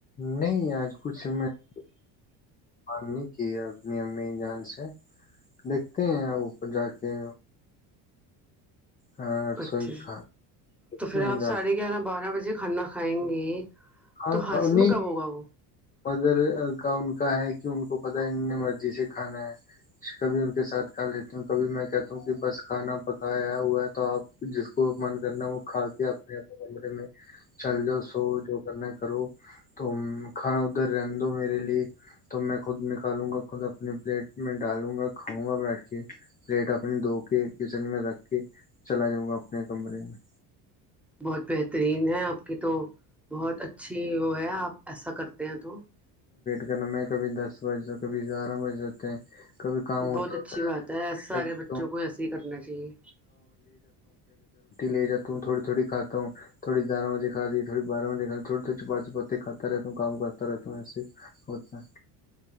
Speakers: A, on the left; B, in the centre.
A: نہیں آج کچھ میںان نہیں کی اپنی امی جان سے دیکھتے ہیں اوپر جا کے ہاں رسوئی
B: پچ
A: کھا دیکھتے
B: تو پھر
A: ہیں
B: آپ
A: جا
B: ساڑھے
A: کے
B: گیارہ بارہ بجے مھے کھانا کھائیں گے
A: ہاں
B: تو ہضم
A: انیں
B: کب ہوگا وہ
A: مگرگر کا ان کا ہے کہ ان کو پتا ہے انے مرضی سے کھانا ہے کبھی ان کے ساتھ کھا لیتی ہوں کبھی میں کہتا ہوں کہ بس کھانا پکایا ہوا ہے تو آپ جس کو من کرنا وہ کھا کے اپنے اپنے کمرے میں چل جاؤ سو جو نا کرو تو کھانا ادھر رہن دو میرے لیے تو میں خود نکالوں گا خود اپنی پلیٹ میں ڈالوں گا کھاؤں گا بیٹھ کے پلیٹ اپنی دھو کے کچن میں رکھ کے چلا جاؤں گا اپنے کمرے میں
B: بہت بہترین ہے آپ کی تو بہت اچھی وہ ہے آپ ایسا کرتے ہیں تو
A: ج میں کبھی دس بج کبھی گیارہ بج جاتتے ہیں کبھی کام
B: بہت
A: ہوتا ہوتا
B: اچھی بات ہے ای سارے
A: کیا کرتا
B: بچوں
A: ہوں
B: کو ایسے ہی کرنا چاہیے
A: ل جاتا ہوں تھوی تھوڑی کاتا ہوں تھوی گیارہ بجےھا دیی تھڑ بہ بج کھا تھڑی تھو چپا چپاتے کاتا رہتا ت کام کرتا رہ تو ایسے ہوتا ہے